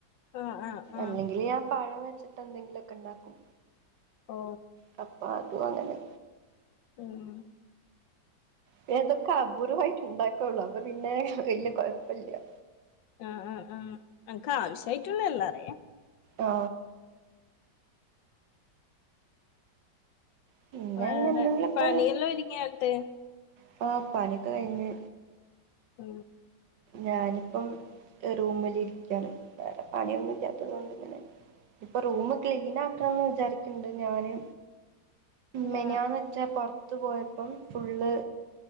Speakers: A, on the left; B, on the right.
A: ആഹ് ആഹ് ആഹ്
B: അല്ലെങ്കില് ഞാൻ പഴം വെച്ചിട്ട് എന്തെങ്കിലുമൊക്കെ ഇണ്ടാക്കും
A: ഓ
B: കപ്പാട്ടു അങ്ങനെ
A: ആഹ
B: പിന്നതൊക്കെ അപൂർവമായിട്ട് ഇണ്ടാക്കോള്ളൂ അപ്പൊ പിന്നെ വല്യ കുഴപ്പില്യ
A: ആഹ ആഹ ആഹ അനക്ക് ആവശ്യായിട്ടുള്ള എല്ലാറിയ
B: ആ പിന്നെഞന്നാന്നൊക്കെ
A: വേറെ പണിയെല്ലാം ഒരുങ്ങിയാട്ട്
B: പ്പോ പണിയൊക്കെ കഴിഞ്ഞ്
A: ഉ
B: ഞാനിപ്പം റൂമലിഇരിക്കയാണ് വേറെ പണിയൊന്നും ഇല്ലാത്തത് കൊണ്ട് ഇങ്ങനെ ഇപ്പൊ റൂം ക്ലീൻ ആക്കണംന്ന് വിചാരിക്കണ്ട് ഞാന്
A: ആ
B: മെനിയാന്ന് വെച്ചാ പോറ റത്ത് പോയപ്പം ഫുള്ള്